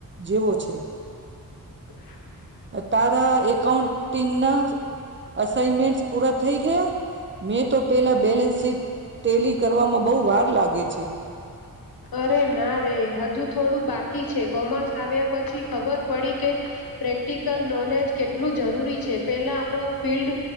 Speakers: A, on the right; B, on the left.
A: જેવો છે.
B: <inaudible>
A: તાર એકાઉન્ટન્ટ. ટીના. અઇનમેન્ટ પૂરા. થઈ ગયા મેં તો પેલા બેલેન્સ શીટ ટેલી કરવામાં બહ વાર લાગે છે.
B: અરે ના રે હજુ થોડું બાકી. છે કોમર્સ આવ્યા પછી ખબર. પડી કે પ્રેક્ટિકલ નોલેજ કેટલું જરૂરી છે પેલા આપણો ફિલ્ડ